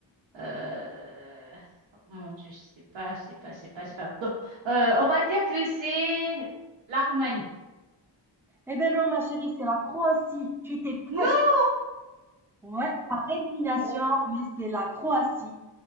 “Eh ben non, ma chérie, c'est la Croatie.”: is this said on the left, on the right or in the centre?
Centre